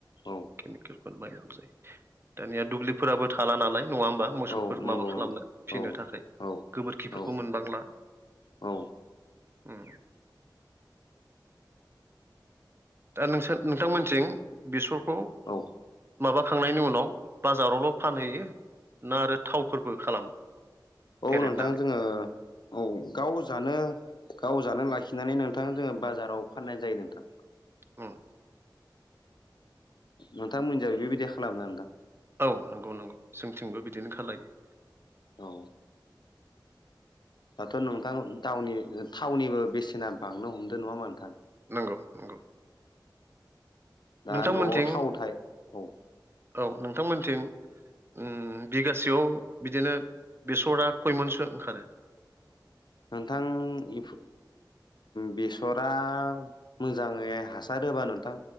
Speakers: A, on the left; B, on the right.
A: औ
B: केमिकेलखौनो बायनांगौ जायो। दानिया दुब्लिफोराबो थाला नालाय नङा होमबा? मोसौफोर
A: औ नंगौ
B: माबा खालामनो
A: औ
B: फिनो थाखाय
A: औ
B: गोबोरखिफोरखौ
A: औ
B: मोनबांला
A: औ
B: उम दा नोंसोर नोंथांमोनथिं बेसरखौ
A: औ
B: माबाखांनायनि उनाव बाजारावल फानहैयो ना आरो थावफोरबो खालामो?
A: औ
B: फेरेदनानै
A: नोंथां जोङो औ गाव जानो गाव जानो लाखिनानै नोंथां जों बाजाराव फाननाय नोंथां।
B: उम
A: नोंथांमोनजाय बेबायदि खालामना नोंथां?
B: औ नंगौ नंगौ जोंथिंबो बिदिनो खालायो।
A: औ। दाथ' नोंथां दावनि थावनिबो बेसेना बांनो हमदों नङा होमबा नोंथां?
B: नंगौ नंगौ
A: दा
B: नोंथांमोनथिं
A: न'आव थाव थाय औ
B: औ नोंथांमोनथिं उम बिगासेयाव बिदिनो बेसरा खयमनसो ओंखारो?
A: नोंथां इफ बेसरा मोजाङै हासार होबा नोंथां